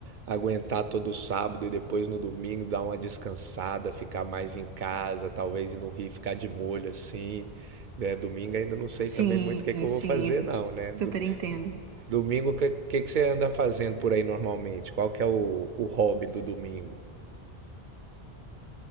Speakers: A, on the right; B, on the right.
A: aguentar todo sábado e depois no domingo dar uma descansada, ficar mais em casa, talvez ir no Rio ficar de molho assim. né? Domingo ainda não sei
B: Sim,
A: também muito o que é que eu
B: sim,
A: vou fazer, não, né?
B: super
A: Do-
B: entendo.
A: Domingo, o que, que que você anda fazendo por aí normalmente? Qual que é o, o hobby do domingo?